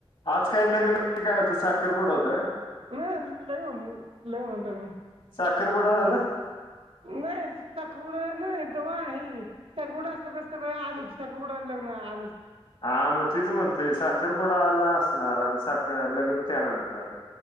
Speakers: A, on the left; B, on the right.
A: आज काही लग्न नाही काय होतं साखरपुडं होतं. का
B: नाही लन लवन लग ना
A: सखर पुडवाला
B: नाही साखरपुडा नाही तवा आहे सगबडं अस सगळं सगळं आज होतं सगवुडं आण लगन आज होतं <unintelligible> <unintelligible>
A: हा मग तीच म्हणतोय, साखरपुडा आज असणार अन साखर, लग्न त्यानंतर.